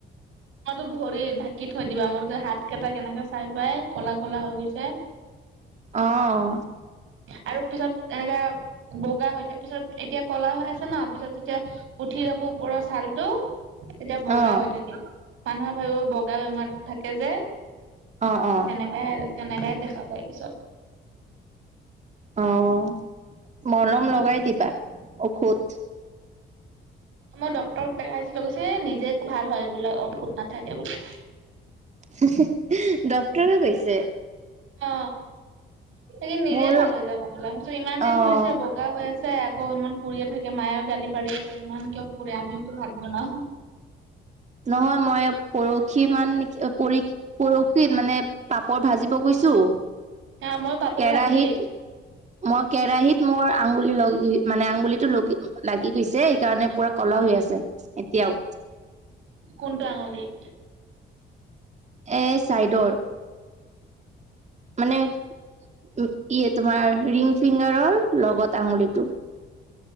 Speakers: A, on the right (about 80°); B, on the right (about 35°).
A: তোমাৰতো ভৰিত ঢাকি থৈ দিবা মোৰতো হাত কেইটা কেনেকে চাই পাই কলা কলা হৈ গৈছে
B: অ'।
A: আৰু পিছত এনেকা বগা হৈ থাক পিছত এতিয়া ক'লা হৈ আছে ন পিছত যেতিয়া উঠি যাব ওপৰৰ ছালটো তেতিয়া বগা
B: অ',
A: হৈ থাকে মানুহে ভাবিব বগা বেমাৰতো থাকে যে
B: অ অ'।
A: তে তেনেকাই দেখা পায় পিছত।
B: অ' মলম লগাই দিবা ঔষধ।
A: মই ডক্তৰক দেখাইছিলো কৈছে নিজে ভাল হয় বোলে ঔষধ নাথাকে বোলে
B: হু হু ডক্তৰে কৈছে
A: অ সেইখিনি নিজে
B: মোৰ
A: ভাল হৈ যাব বোলা মোৰ চোন ইমান
B: অ',
A: দিন হৈছে ব গা হৈ আছে আকৌ ইমান পুৰিয়ে থাকে মায়েও গালি পাৰিছে ইমান কিয় পুৰে আমিওতো ভাত বনাও
B: নহয় মই পৰহি মান নেকি অ পৰি পৰহিত মানে পাপৰ ভাজিব গৈছো
A: অ মই পাপৰ
B: কেৰাহিত
A: ভাজি
B: মই কেৰাহীত মোৰ আঙুলি লগি মানে আঙুলিটো লগি লাগি গৈছে সেইকাৰণে পুৰা ক'লা হৈ আছে এতিয়াও
A: কোনটো আঙুলিত
B: এ চাইডৰ। মানে উম ই তোমাৰ ৰিং ফিংগাৰ লগত আঙুলিটো।